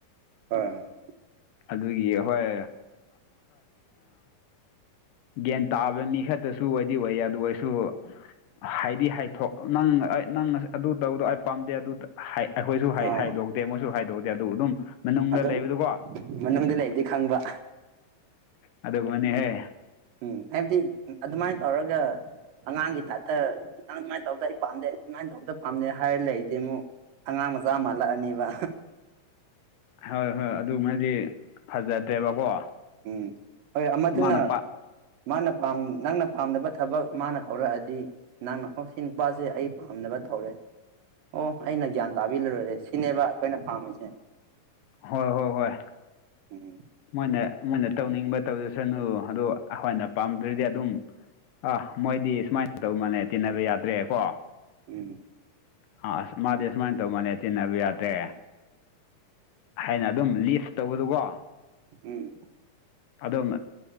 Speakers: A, on the right (about 80°); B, on the left (about 75°).
A: ꯍꯣꯏ ꯍꯣꯏ
B: ꯑꯗꯨꯒꯤ ꯍꯣꯏ ꯒ꯭ꯌꯥꯟ ꯇꯥꯕ ꯃꯤ ꯈꯛꯇꯁꯨ ꯑꯣꯏꯗꯤ ꯑꯣꯏ ꯑꯗꯨ ꯑꯣꯏꯁꯨ ꯍꯥꯏꯗꯤ ꯍꯥꯏꯊꯣꯛ ꯅꯪ ꯑꯩ ꯅꯪ ꯑꯗꯨ ꯇꯧꯕꯗꯣ ꯑꯩ ꯄꯥꯝꯗꯦ ꯑꯗꯨꯗ ꯑꯩꯈꯣꯏꯁꯨ
A: ꯑꯥ
B: ꯍꯥꯏꯗꯣꯛꯇꯦ ꯃꯣꯏꯁꯨ ꯍꯥꯏꯗꯣꯛꯇꯦ ꯑꯗꯨ ꯑꯗꯨꯝ ꯃꯅꯨꯡꯗ
A: ꯑꯗꯨꯝ
B: ꯂꯩꯕꯗꯨꯀꯣ
A: ꯃꯅꯨꯡꯗ ꯂꯩꯕꯗꯤ ꯈꯪꯕ
B: ꯑꯗ ꯃꯅꯤꯍꯦ
A: ꯎꯝ ꯍꯥꯏꯕꯗꯤ ꯑꯗꯨꯃꯥꯏꯅ ꯇꯧꯔꯒ ꯑꯉꯥꯡꯒꯤ ꯇꯥꯏꯞꯇ ꯅꯪ ꯑꯗꯨꯃꯥꯏꯅ ꯇꯧꯗ ꯑꯩ ꯄꯥꯝꯗꯦ ꯑꯗꯨꯃꯥꯏꯅ ꯇꯧꯕꯗ ꯄꯥꯝꯗꯦ ꯍꯥꯏꯔ ꯂꯩꯗꯤꯦ ꯑꯃꯨꯛ ꯑꯉꯥꯡ ꯃꯆꯥ ꯃꯥꯜꯂꯛꯑꯅꯤꯕ
B: ꯍꯣꯏ ꯍꯣꯏ ꯑꯗꯨꯃꯗꯤ ꯐꯖꯗ꯭ꯔꯦꯕꯀꯣ
A: ꯎꯝ ꯍꯣꯏ ꯑꯃꯗꯨꯅ
B: ꯃꯥꯅ ꯄꯥ
A: ꯃꯥꯅ ꯅꯪꯅ ꯄꯥꯝꯅꯕ ꯊꯕꯛ ꯃꯥꯅ ꯇꯧꯔꯛꯑꯗꯤ ꯅꯪ ꯅ ꯑꯣ ꯁꯤ ꯅꯨꯄꯥꯁꯦ ꯑꯩ ꯄꯥꯝꯅꯕ ꯊꯧꯔꯦ ꯑꯣ ꯑꯩꯅ ꯒ꯭ꯌꯥꯟ ꯇꯥꯕꯤꯔꯔꯣꯏꯔꯦ ꯁꯤꯅꯦꯕ ꯑꯩꯈꯣꯏꯅ ꯄꯥꯝꯃꯤꯁꯦ
B: ꯍꯣꯏ ꯍꯣꯏ ꯍꯣꯏ
A: ꯎꯝ
B: ꯃꯣꯏꯅ ꯃꯣꯏꯅ ꯇꯧꯅꯤꯡꯕ ꯇꯧꯖꯁꯅꯨ ꯑ ꯑꯩꯈꯣꯏꯅ ꯄꯥꯝꯗ꯭ꯔꯗꯤ ꯑꯗꯨꯝ ꯑꯥ ꯃꯣꯏꯗꯤ ꯁꯨꯃꯥꯏꯅ ꯇꯧꯕ ꯃꯅꯦ ꯇꯤꯟꯅꯕ ꯌꯥꯗ꯭ꯔꯦ ꯀꯣ
A: ꯎꯝ
B: ꯑꯥ ꯑꯁ ꯃꯥꯗꯤ ꯑꯁꯨꯃꯥꯏꯅ ꯇꯧꯃꯜꯅꯦ ꯇꯤꯟꯅꯕ ꯌꯥꯗ꯭ꯔꯦ ꯍꯥꯏꯅ ꯑꯗꯨꯝ ꯂꯤꯁ ꯇꯧꯕꯗꯨꯀꯣ
A: ꯎꯝ
B: ꯑꯗꯨꯝ